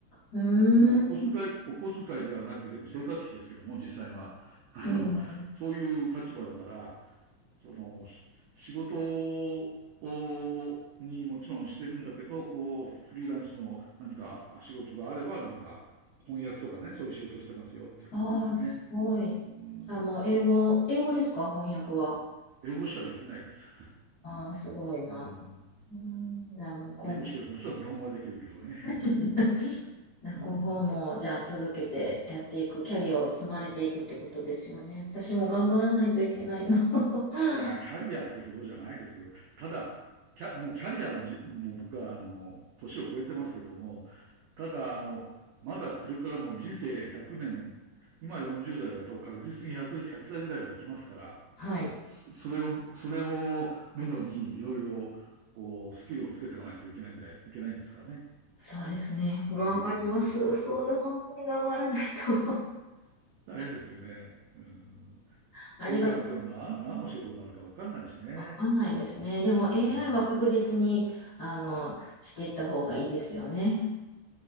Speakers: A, on the left; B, on the right.
A: うーん。
B: お小遣い、お小遣いではなくて、でも生活費ですけども、実際は。<laughs> あの、
A: うん。
B: そういう立場だから、その、仕事を、にもちろんしてるんだけど、こう、フリーランスの何か仕事があれば、なんか、翻訳とかね、そういう仕事してますよっていう感じですね。
A: ああ、すごい。
B: うん。
A: あ、もう英語、英語ですか、翻訳は。
B: 英語しかできないです。
A: ああ、すごいな。
B: うん。
A: うん、じゃあ、もう今後、
B: 英語しか、もちろん日本語はできるけどね。<laughs>
A: <laughs> な今後も、
B: うん
A: じゃあ続けてやっていく、キャリアを積まれていくってことですよね。私も頑張らないといけないな。<laughs>
B: いや、キャリアってほどじゃないですけど、ただ、キャ、もうキャリアのじ、もう僕は、あの、年を超えてますけども、ただ、あの、まだこれからも人生100年、今40代だと確実に100、ひゃく歳ぐらいはいきますから、
A: はい。
B: そそれを、それをめどにいろいろ、こう、スキルをつけていかないといけないんじゃ、いけないんですかね。
A: そうですね。頑張ります。
B: うん。
A: そうだ、本当に頑張らないと
B: 大変ですよね。うん。
A: <laughs> ありがとう。
B: これからでも何、何の仕事になるかわかんないしね。
A: わかんないですね。でも AI
B: うん。
A: は確実に、あの、していった方がいいですよね。